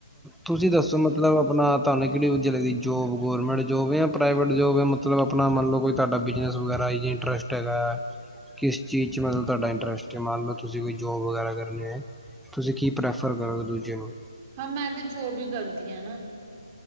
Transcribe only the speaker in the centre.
ਤੁਸੀਂ ਦੱਸੋ ਮਤਲਬ ਆਪਣਾ ਤੁਹਾਨੂੰ ਕਿਹੜੀ ਵਧੀਆ ਲੱਗੀ ਜੋਬ, ਗੋਰਮੈਂਟ ਜੋਬ ਜਾਂ ਪ੍ਰਾਈਵੇਟ ਜੋਬ? ਮਤਲਬ ਆਪਣਾ ਮੰਨ ਲਓ ਕੋਈ ਤੁਹਾਡਾ ਬਿਜਨਸ ਵਗੈਰਾ ਇੰਟਰਸਟ ਹੈਗਾ। ਕਿਸ ਚੀਜ਼ ਚ ਮਤਲਬ ਤੁਹਾਡਾ ਇੰਟਰਸਟ ਅ ਮੰਨ ਲਓ ਤੁਸੀਂ ਕੋਈ ਜੋਬ ਵਗੈਰਾ ਕਰਨੀ ਐ। ਤੁਸੀਂ ਕੀ ਪ੍ਰੈਫਰ ਕਰੋਗੇ ਦੂਜੇ ਨੂੰ?